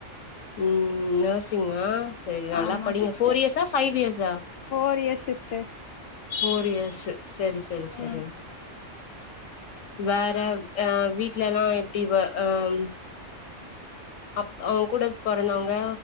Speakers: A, on the left (about 85°); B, on the left (about 60°).
A: ம் நர்ஸிங்கா செரி நல்லா
B: ஆமா
A: படிங்க
B: சிஸ்டர்
A: ஃபோர் இயர்ஸா ஃபைவ் இயர்ஸா
B: four years sister
A: four years செரி செரி செரி
B: ம்
A: வேற ஆ வீட்ல எல்லா எப்டி வே அம் அப் உங்க கூட பொறந்தவங்க